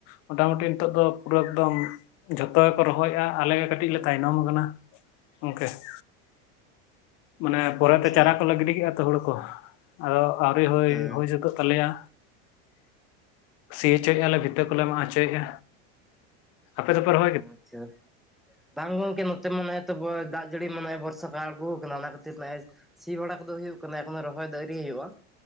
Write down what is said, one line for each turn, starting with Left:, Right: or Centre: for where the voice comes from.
Left: ᱢᱚᱴᱟᱢᱩᱴᱤ ᱱᱤᱛᱚᱜ ᱫᱚ ᱯᱩᱨᱟᱹ ᱮᱠᱫᱚᱢ ᱡᱷᱚᱛᱚ ᱜᱮᱠᱚ ᱨᱚᱦᱚᱭᱮᱜᱼᱟ ᱟᱞᱮ ᱜᱮ ᱠᱟᱹᱴᱤᱡ ᱞᱮ ᱛᱟᱭᱱᱚᱢ ᱠᱟᱱᱟ ᱚᱱᱠᱟᱹ᱾ <inaudible> ᱢᱟᱱᱮ
Centre: ᱚ
Left: ᱯᱚᱨᱮᱛᱮ
Centre: ᱟᱪᱪᱷᱟ
Left: ᱪᱟᱨᱟ ᱠᱚᱞᱮ ᱜᱤᱰᱤᱮᱫᱼᱟ ᱛᱚ ᱦᱩᱲᱩ ᱠᱚ ᱟᱫᱚ ᱟᱹᱣᱨᱤ ᱦᱩᱭ
Centre: ᱦᱮᱸ
Left: ᱦᱩᱭ ᱥᱟᱹᱛᱟᱹᱜ ᱛᱟᱞᱮᱭᱟ᱾ ᱥᱤ ᱚᱪᱚᱭᱮᱫᱼᱟ ᱞᱮ ᱵᱷᱤᱛᱟᱹ ᱠᱚᱞᱮ ᱢᱟᱜ ᱚᱪᱚᱭᱮᱫᱼᱟ᱾ ᱟᱯᱮ ᱫᱚᱯᱮ ᱨᱚᱦ
Centre: ᱟᱪᱪᱷᱟ, ᱵᱟᱝ ᱜᱚᱝᱠᱮ ᱱᱚᱛᱮ ᱢᱟ ᱱᱮ ᱛᱚ ᱵᱚ ᱫᱟᱜ ᱡᱟᱹᱲᱤ ᱢᱟᱱᱮ ᱵᱚᱨᱥᱟ᱾ ᱟᱬᱜᱚ ᱟᱠᱟᱱᱟ ᱚᱱᱟ ᱠᱷᱟᱹᱛᱤᱨ ᱱᱮᱜᱼᱮ ᱥᱤ ᱵᱟᱲᱟ ᱠᱚᱫᱚ ᱦᱩᱭᱩᱜ ᱠᱟᱱᱟ ᱮᱠᱷᱚᱱᱳ ᱨᱚᱦᱚᱭ ᱫᱚ ᱟᱹᱨᱤ ᱦᱩᱭᱩᱜᱼᱟ᱾